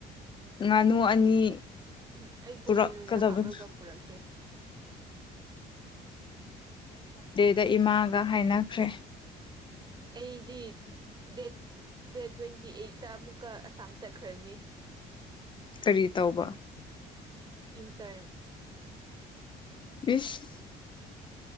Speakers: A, on the left; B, on the right.
A: ꯉꯥꯅꯨ ꯑꯅꯤ
B: ꯎꯝ ꯑꯩ ꯄꯨꯛ
A: ꯄꯨꯔꯛꯀꯗꯕꯅꯤ
B: ꯃꯅꯨꯡꯗ ꯍꯥꯞꯂꯒ ꯄꯨꯔꯛꯀꯦ
A: ꯗ ꯏꯃꯥꯒ ꯍꯥꯏꯅꯈ꯭ꯔꯦ
B: ꯑꯩꯗꯤ ꯗꯦꯠ ꯗꯦꯠ ꯇ꯭ꯋꯦꯟꯇꯤ ꯑꯩꯠ ꯇ ꯑꯃꯨꯛꯀ ꯑꯁꯥꯝ ꯆꯠꯈ꯭ꯔꯅꯤ
A: ꯀꯔꯤ ꯇꯧꯕ
B: ꯏꯟꯇ꯭ꯔꯟ
A: ꯏꯁ